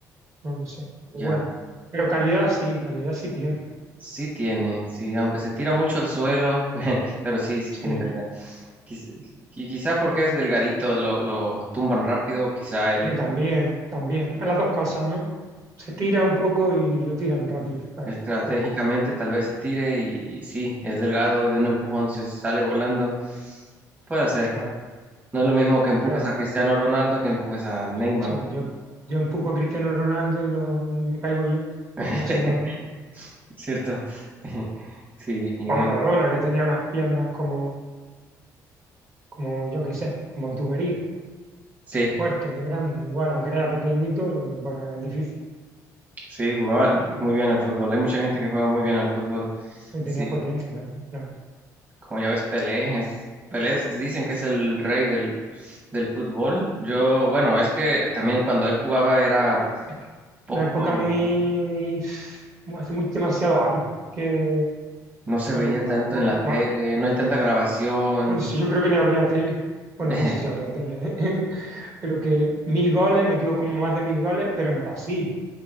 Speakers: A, on the right; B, on the right.
A: no lo sé, pero
B: ya.
A: bueno, pero calidad sí, calidad sí tiene,
B: Sí tiene, sí, aunque se tira mucho al suelo, <laughs> pero sí, sí
A: sí,
B: tiene calidad. Quiz- qui- Quizá, porque es delgadito, lo, lo tumban rápido, quizá él
A: pero también, también, a las dos cosas, ¿no? Se tira un poco y lo tiran rápido, pa-
B: estratégicamente
A: flaco,
B: tal vez se tire y sí, es delgado, de un empujón se sale volando, puede ser.
A: claro,
B: No es lo mismo que empujes
A: pero
B: a Cristiano Ronaldo que empujes a Neymar,
A: sí, yo, yo empujo a Cristiano Ronaldo y, lo, y me caigo yo,
B: <laughs>
A: y no se mueve él.
B: ¿cierto? <laughs> Sí, igual.
A: O a Maradona, que tenía unas piernas como, como yo qué sé, como tubería.
B: Sí,
A: fuerte, de grande, igual, aunque era pequeñito, lo que difícil,
B: sí, jugaba muy bien al fútbol. Hay mucha gente que juega muy bien al fútbol. Sí,
A: tenía potencia también, claro.
B: como ya ves, Pelé es, Pelé es- dicen que es el rey del, del fútbol. Yo, bueno, es que también cuando él jugaba era
A: Una
B: poco,
A: una época muy, muy- hace mucho, demasiados años, que,
B: no se
A: claro,
B: veía
A: marcó,
B: tanto en la tele,
A: ma-
B: no hay tanta grabación.
A: bueno, sí, yo creo que ni habría tele, bueno,
B: <laughs>
A: no sé si habría tele, ¿eh? <laughs> Pero que mil goles, metió como más de mil goles, pero en Brasil,